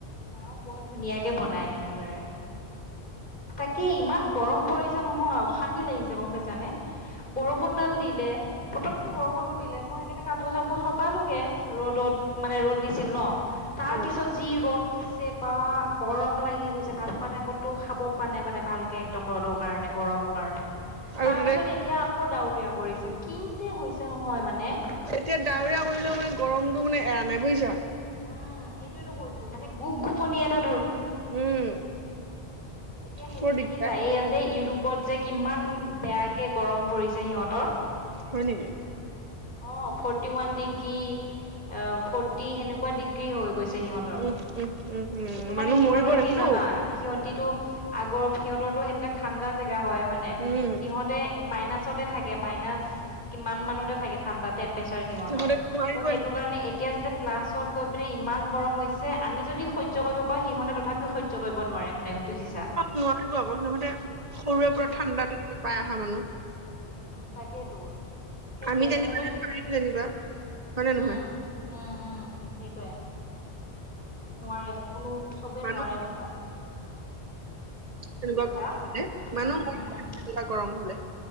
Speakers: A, on the left; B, on the right.
A: মাও বৰ ধুনীয়াকে বনাই একেবাৰে। তাকে ইমান গৰম পৰিছে নহয়, অশান্তি লাগিছে গ'ম পাইছা নে বৰষুণডাল দিলে পতকে বৰুণো দিলে মই সেনে কাপোৰ চাপোৰ চপালোগে। ৰ'দত মানে ৰ'দ দিছিল ন তাৰ
B: উম
A: পিছত যি ৰ'দ। দিছে বা গৰম লাগি গৈছে, ভাত খোৱা টাইমতটো খাব পোৱা নাই মানে ভালকে একদম ৰ'দৰ কাৰণে। গৰমৰ কাৰণে
B: আৰু
A: তাৰ
B: তাতে
A: পিছত এতিয়া আকৌ ডাৱৰীয়া কৰিছে, কি যে হৈছে নহয় মানে।
B: এতিয়া ডাৱৰীয়া কৰিলেও মানে গৰমটো মানে এৰা নাই বুজিছা।
A: উম সেইটোয়ে টো কৈছো মানে গোপ গোপনি এটা।
B: উম
A: এতিয়া হেৰি
B: বৰ দিগদাৰ
A: দেখি যায় যে এইয়া ইউৰোপ, - পত যে, কিমান বেয়াকে গৰম পৰিছে। সিহঁতৰ
B: হয় নেকি?
A: অ' ফৰঠ ফৰটি ওৱান ডিগ্ৰী ফৰ্টি সেনেকুৱা ডিগ্ৰী হৈ গৈছে সিহঁতৰ।
B: উম উম উম উম
A: কিন্তু মানে
B: মানুহ
A: সিহঁতৰ
B: মৰিব দেখোন
A: কি জানা
B: ঔ
A: সিহতিতো আগৰ সিহঁতৰো সেইবিলাক ঠাণ্ডা জেগা হয়, হয় নে
B: উম
A: সিহতে মাইনাচ মাইনাছতে থাকে মাইনাচ কিমান মানতে থাকে ঠাণ্ডাত। টেম্পচাৰ সিহঁতৰ
B: সিহঁতে নোৱাৰিব
A: ত' সেইটো কাৰণে এতিয়া যেতিয়া প্লাছত পিনে ইমান গৰম হৈছে আমি যদি হৈয্য কৰিব পাৰো সিহঁতে তথাপিও হৈয্য কৰিব নোৱাৰে মানে। বুজিছা
B: নোৱাৰিব আগমতে সৰুৰে পৰাৰা
A: উম
B: ঠাণ্ডা তেনেকৈ পাই অহা মানুহ।
A: তাকে তো। সেইটোৱে
B: আমি যেনিবা
A: সিহঁতে টো,
B: পাৰিম যেনিবা হয় নে
A: উম
B: নহয়
A: উম উম। সেইটোৱে নোৱাৰে কোনো চবেই
B: মানুহ
A: নোৱাৰে দেখোন কি
B: তেনেকুৱা
A: কৈছা
B: হলে মানহ
A: উম
B: মই
A: উম
B: তেনেকুৱা কৰম হলে